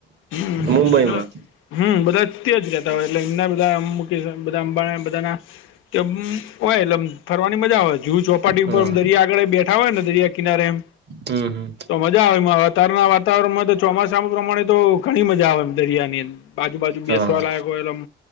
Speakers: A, on the left (about 90°); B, on the right (about 60°).
A: હ.
B: મુંબઈમાં
A: હમ બધા ત્યાજ જતા હોય એટલે એમના બધામ. બધા અંબા બધા ચંબુ હોય એ. ફરવાની મજા આવેય જુહ ચોપાટી
B: હા
A: ઉપર દરિયા આગળે બેઠા હોય ને દરિયા કિનારે એમ.
B: હમ હમ.
A: તો મજા આવે એ અતારના વાતાવરણમાં તો ચોમાસામાં પ્રમાણે તો ઘણી મજા આવે દરિયા ની અંદર. આજુ બાજુ બેસવા
B: હા
A: લાયક હોય અમ